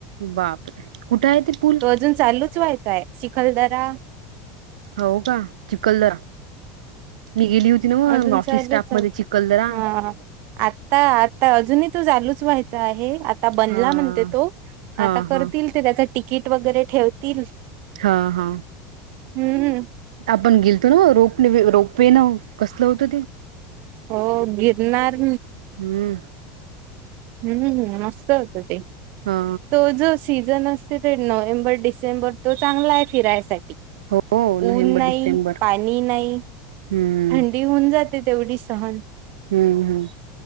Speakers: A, on the right (about 70°); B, on the right (about 55°).
A: बापरे कुठं आहे ते पूल
B: तो अजून चालूच व्हायचाय. शिखलदरा
A: हो का चिखलदरा मी गेली होती ना
B: अजून
A: मग ऑफिस
B: चालूच
A: स्टाफ
B: हा
A: मध्ये चिखलदरा
B: आता आता अजून चालूच व्हायचा आहे आता बनला
A: हा
B: म्हणते तो
A: हा
B: आता करतील
A: हा
B: त्याला टीक वगैरे ठेवतील
A: हा हा
B: हम्म
A: आपण गेलतो नव रोप रोपवे न कसलं होतं ते?
B: हो गिरणार
A: हम्म
B: हम्म हम्म हम्म मस्त होत ते.
A: हा
B: तो जो सीझन असते ते नोव्हेंबर, डिसेंबर तो चांगला आहे फिरायसाठी.
A: हो नोव्हेंबर
B: ऊन नाही.
A: डिसेंबर
B: पाणी नाही.
A: हम्म
B: थंडी होऊन जाते तेवढी सहन.
A: हम्म हम्म